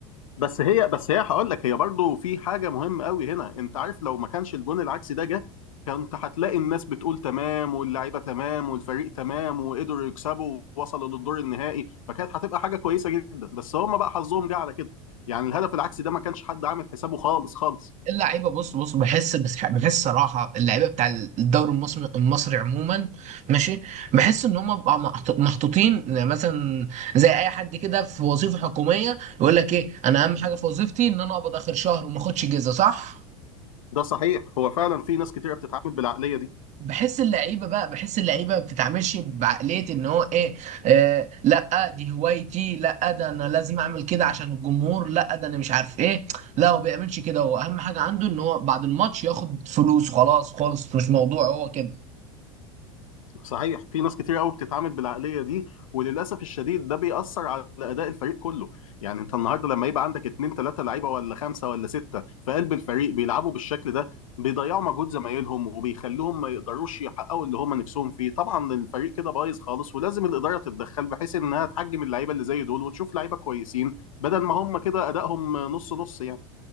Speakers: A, on the left; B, on the right.
A: بس هي بس هي هقول لك هي برضو في حاجه مهمه قوي هنا انت عارف لو ما كانش الجون العكسي ده جه كنت هتلاقي الناس بتقول تمام واللعيبه تمام والفريق تمام وقدروا يكسبوا ووصلوا للدور النهائي فكانت هتبقى حاجه كويسه جدا بس هم بقى حظهم جه على كده يعني الهدف العكسي ده ما كانش حد عامل حسابه خالص خالص
B: اللعيبه بص بص بحس بس بحس صراحه اللعيبه بتاع الدوري المصري المصري عموما ماشي بحس ان هم بقى محط- محطوطين مثلا زي اي حد كده في وظيفه حكوميه يقول لك ايه انا اهم حاجه في وظيفتي ان انا اقبض اخر شهر وما اخدش جزء صح
A: ده صحيح هو فعلا في ناس كتيره بتتعامل بالعقليه دي
B: بحس اللعيبه بقى بحس اللعيبه ما بتتعاملش بعقليه ان هو ايه آه لا دي هوايتي لا ده انا لازم اعمل كده عشان الجمهور لا ده انا مش عارف ايه لا هو بيعملش كده هو اهم حاجه عنده ان هو بعد الماتش ياخد فلوس خلاص خالص مش موضوع هو كده
A: صحيح في ناس كتير قوي بتتعامل بالعقليه دي وللاسف الشديد ده بيأثر على اداء الفريق كله يعني انت النهارده لما يبقى عندك اتنين تلاته لعيبه ولا خمسه ولا سته في قلب الفريق بيلعبوا بالشكل ده بيضيعوا مجهود زمايلهم وبيخلوهم ما يقدروش يحققوا اللي هم نفسهم فيه طبعا الفريق كده بايظ خالص ولازم الاداره تتدخل بحيث انها تحجم اللعيبه اللي زي دول وتشوف لعيبه كويسين بدل ما هم كده ادائهم نص نص يعني